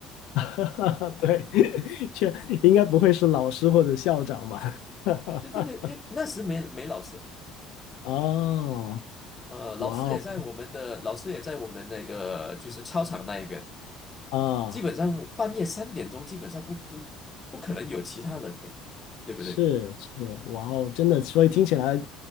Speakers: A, on the left (about 75°); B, on the left (about 25°).
A: <laughs> 对，<laughs> 确应该不会是老师或者校长吧？<laughs>
B: 对对对，诶，那时没没老师，
A: 哦，
B: 呃，老师也在我们的老师也在我们那个就是操场那一边。
A: 哇哦，啊，
B: 基本上半夜三点钟基本上不不不可能有其他人的，对不对？
A: 是是，哇哦，真的，所以听起来，